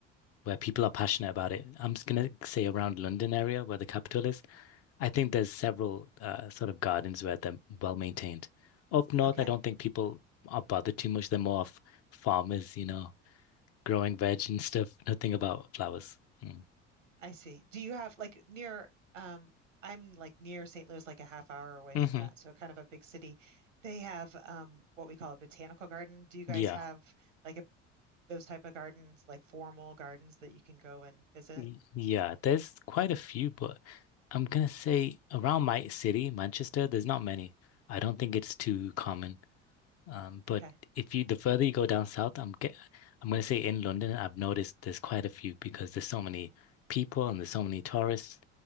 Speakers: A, on the left; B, on the right.
A: where people are passionate about it. I'm just gonna say around London area where the capital is. I think there's several uh, sort of gardens where they're well maintained. Up north,
B: Okay.
A: I don't think people are bothered too much. They're more of farmers, you know, growing veg and stuff. Nothing about flowers. Mm.
B: I see. Do you have like near um I'm like near St. Louis, like a half hour away
A: hmm
B: from that, so kind of a big city. They have um what we call a botanical garden. Do you guys
A: Yeah.
B: have like a those type of gardens, like formal gardens that you can go and visit?
A: Y- Yeah, there's quite a few, but I'm gonna say around my city, Manchester, there's not many. I don't think it's too common. Um, but
B: Okay.
A: if you the further you go down south, I'm get, I'm gonna say in London, I've noticed there's quite a few because there's so many people and there's so many tourists.